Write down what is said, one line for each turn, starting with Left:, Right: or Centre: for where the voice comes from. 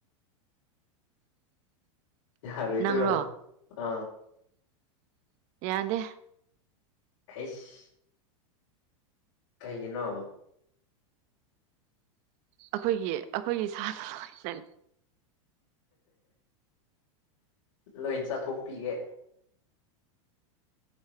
Left: ꯌꯥꯍꯔꯣꯏꯗ꯭ꯔꯣ
Right: ꯅꯪꯔꯣ
Left: ꯑ
Right: ꯌꯥꯗꯦ
Left: ꯍꯩꯁ ꯀꯩꯒꯤꯅꯣ
Right: ꯑꯩꯈꯣꯏꯒꯤ ꯑꯩꯈꯣꯏꯒꯤ ꯁꯥꯇ ꯁꯦꯟ
Left: ꯂꯣꯏ ꯆꯥꯊꯣꯛꯄꯤꯒꯦ